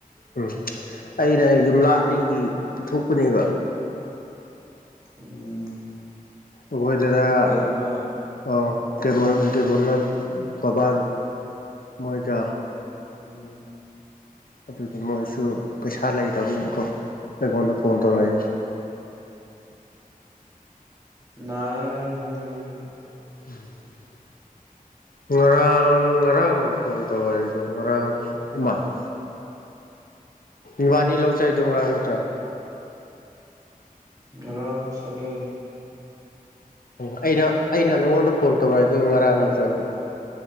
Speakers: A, on the left (about 70°); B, on the right (about 25°).
A: ꯎꯝ ꯑꯩꯅ ꯌꯨꯝꯂꯥꯛ ꯑꯅꯤꯒꯤ ꯄꯨꯊꯣꯛꯄꯅꯦꯕ
B: ꯎꯝ
A: ꯑꯩꯈꯣꯏꯗꯔꯥ
B: ꯏꯌꯥꯝꯕ
A: ꯑꯥ ꯗꯦꯃꯣꯔꯟ ꯗꯦꯕꯣꯅꯟ ꯕꯕꯥꯗꯣ ꯃꯣꯏꯒ
B: ꯎꯝ
A: ꯑꯗꯨꯒꯤ ꯃꯣꯏꯁꯨ ꯄꯩꯁꯥ ꯂꯩꯗꯝꯅꯤꯅꯀꯣ ꯑꯩꯉꯣꯟꯗ ꯐꯣꯟ ꯇꯧꯔꯛꯏ
B: ꯅꯥꯥꯏ ꯍꯥꯏꯕꯅꯤꯅꯦ ꯃꯣꯏꯁꯨ
A: <inaudible> ꯉꯔꯥꯡ ꯉꯔꯥꯡꯅ ꯐꯣꯟ ꯇꯧ ꯍꯥꯏꯗꯣ ꯉꯔꯥꯡ ꯃꯥꯜꯂꯦ ꯏꯕꯥꯅꯤ ꯂꯧ ꯆꯠꯂꯤꯗꯣ ꯉꯔꯥꯡ ꯅꯠꯇ꯭ꯔꯥ
B: ꯉꯔꯥꯡ ꯆꯠꯂꯦ
A: ꯎꯝ ꯑꯩꯅ ꯑꯩꯅ ꯅꯉꯣꯟꯗ ꯐꯣꯟ ꯇꯧꯔꯛꯏꯗꯨ ꯉꯔꯥꯡ ꯅꯠꯇ꯭ꯔꯣ ꯑꯩꯕꯣ